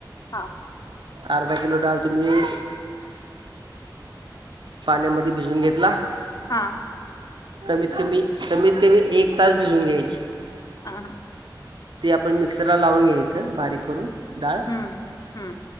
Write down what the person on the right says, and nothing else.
अर्धा किलो डाळं तुम्ही पाण्यामध्ये भिजून घेतला.
कमीत
कमी कमीत कमी एक तास भिजून घ्यायची.
ते आपण मिक्सरला लावून घ्यायचं बारीक करून डाळ